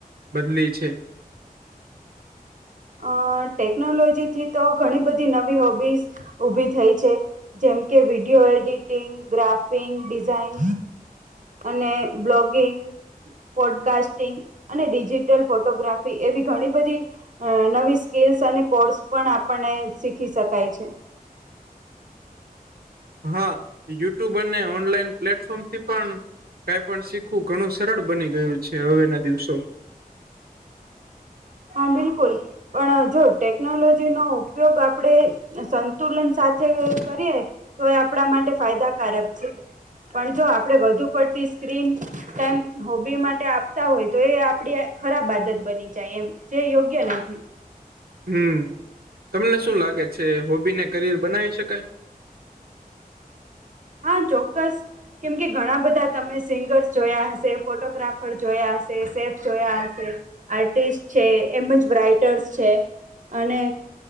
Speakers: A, on the right; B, on the right.
A: બદલી છે?
B: અહ ટેકનોલોજીથી તો ઘણી બધી નવી હોબીઝ ઊભી થઈ છે. જેમ કે વિડીયો એડિટિંગ, ગ્રાફિંગ ડિઝાઇન અને બ્લોગિંગ પોડકાસ્ટિંગ, અને ડિજિટલ ફોટોગ્રાફી એવી ઘણી બધી અહ નવી સ્કીલ્સ અને કોર્સ પણ આપણને શીખી શકાય છે.
A: હા. યુટ્યુબ અને ઓનલાઈન પ્લેટફોર્મ થી પણ કાઈ પણ શીખવું ઘણું સરળ બની ગયું છે, હવે ના દિવસો.
B: હા બિલકુલ. પણ જો ટેકનોલોજી નો ઉપયોગ આપણેે સંતુલન સાથે કરીએ તો એ આપણા માટે ફાયદાકારક છે. પણ જો આપડે વધુ પડતી સ્ક્રીન તેમ હોબી માટે આપતા હોય તો એ આપડી ખરાબ આદત બની જાય એમ. જે યોગ્ય નથી.
A: હમ્મ. તમને શું લાગે છે, હોબી ને કરિયર બનાવી શકાય?
B: હા, ચોક્કસ. કેમ કે ઘણા બધા તમે સિંગર્સ જોયા હશે, ફોટોગ્રાફર જોયા હશે, સેફ જોયા હશે. આર્ટિસ્ટ છે, એમ જ રાઈટર્સ છે, અને